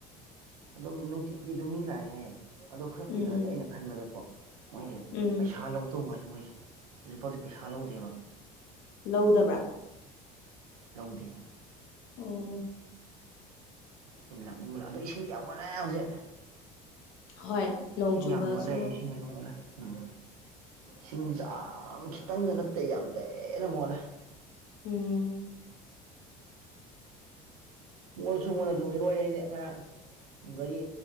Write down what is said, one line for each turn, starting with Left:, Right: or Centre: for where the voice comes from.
Right: ꯑꯗꯨꯝ ꯅꯨꯡꯇꯤꯒꯤ ꯑꯗꯨꯝ ꯃꯤ ꯂꯥꯛꯑꯦ ꯍꯥꯏꯌꯦ ꯑꯣ ꯈꯔ ꯀꯨꯏꯔꯛꯑꯗꯤ
Left: ꯎꯝ
Right: ꯑꯩꯅ ꯈꯟꯕꯗꯀꯣ ꯃꯣꯏꯁꯦ
Left: ꯎꯝ
Right: ꯄꯩꯁꯥ ꯂꯧ ꯇꯧ ꯃꯥꯜꯂꯦ ꯃꯣꯏꯁꯦ ꯍꯧꯖꯤꯛꯐꯥꯎꯗꯤ ꯄꯩꯁꯥ ꯂꯧꯗꯦꯕ
Left: ꯂꯧꯗꯕ꯭ꯔꯥ
Right: ꯂꯧꯗꯦ
Left: ꯑꯣꯝ
Right: ꯇꯨꯝ ꯂꯞꯅꯤꯡꯕꯂ ꯑꯣ ꯏꯁꯤꯡꯗꯤ ꯌꯥꯝꯣꯟ ꯐꯦ ꯍꯧꯖꯤꯛ
Left: ꯍꯣꯏ ꯅꯣꯡ
Right: ꯏꯁꯤꯡ
Left: ꯆꯨꯕꯁꯨ
Right: ꯌꯥꯝ ꯃꯣꯠꯂꯦ ꯏꯁꯤꯡ ꯌꯥꯝ ꯃꯣꯠꯂꯦ ꯎꯝ ꯁꯤꯡꯁꯦ ꯌꯥꯝ ꯈꯤꯇꯪꯗ ꯅꯠꯇꯦ ꯌꯥꯝ ꯇꯦꯅ ꯃꯣꯜꯂꯦ
Left: ꯎꯝ
Right: ꯃꯣꯏꯁꯨ ꯃꯣꯟꯅ ꯑꯗꯨꯝ ꯏꯔꯣꯏ ꯍꯥꯏꯗꯤ ꯉꯔꯥꯡ ꯒꯥꯔꯤ